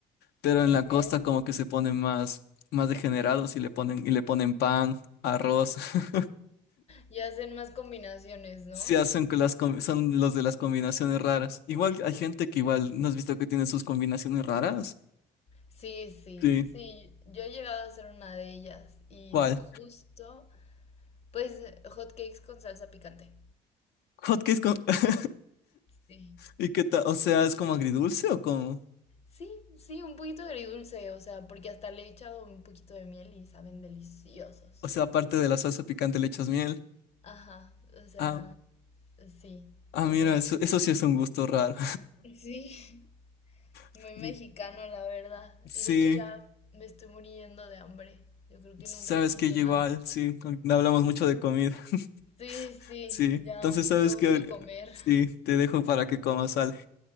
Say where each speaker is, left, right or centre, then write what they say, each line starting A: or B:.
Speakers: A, on the left (about 75°); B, on the left (about 40°).
A: pero en
B: Ok.
A: la costa como que se ponen más, más degenerados y le ponen, y le ponen pan, arroz, <laughs>
B: Y hacen más combinaciones, ¿no?
A: se hacen que las, com- son los de las combinaciones raras. Igual hay gente que igual, ¿no has visto que tiene sus combinaciones raras?
B: Sí, sí,
A: Sí.
B: sí. Yo he llegado a hacer una de ellas y
A: ¿Cuál?
B: justo, pues, hot cakes con salsa picante.
A: Hotcakes con... <laughs>
B: Sí.
A: ¿Y qué tal? O sea, ¿es como agridulce o como?
B: Sí, sí, un poquito agridulce, o sea, porque hasta le he echado un poquito de miel y saben deliciosos.
A: O sea, aparte de la salsa picante le echas miel.
B: Ajá, o sea,
A: Ah,
B: sí,
A: ah,
B: como
A: mira,
B: que...
A: eso, eso sí es un gusto raro.
B: Sí, <laughs> muy
A: <laughs>
B: mexicano, la verdad.
A: Sí,
B: Y de hecho ya me estoy muriendo de hambre. Yo creo que
A: sabes
B: en un ratito
A: que yo
B: más.
A: igual, sí, hablamos mucho de comida. <laughs>
B: Sí, sí,
A: Sí,
B: ya
A: entonces sabes
B: me urge
A: que...
B: comer.
A: Sí,
B: <laughs>
A: te dejo para que comas algo.